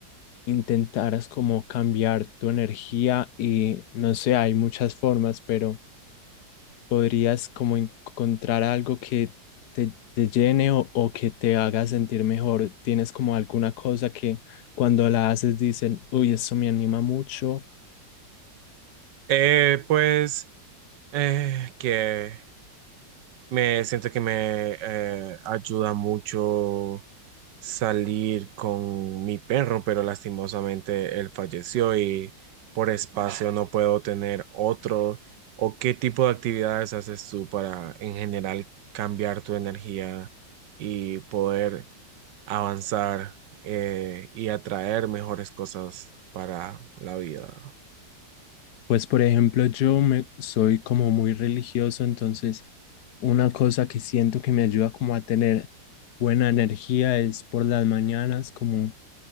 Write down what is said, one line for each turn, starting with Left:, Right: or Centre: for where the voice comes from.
Left: intentaras como cambiar tu energía y no sé, hay muchas formas, pero podrías como encontrar algo que te, te llene o, o que te haga sentir mejor. ¿Tienes como alguna cosa que cuando la haces dicen, uy, esto me anima mucho?
Right: Eh, pues eh, que Me siento que me eh, ayuda mucho salir con mi perro, pero lastimosamente él falleció y por espacio no puedo tener otro. ¿O qué tipo de actividades haces tú para en general cambiar tu energía y poder avanzar eh, y atraer mejores cosas para la vida?
Left: Pues por ejemplo, yo me, soy como muy religioso, entonces una cosa que siento que me ayuda como a tener buena energía es por las mañanas, como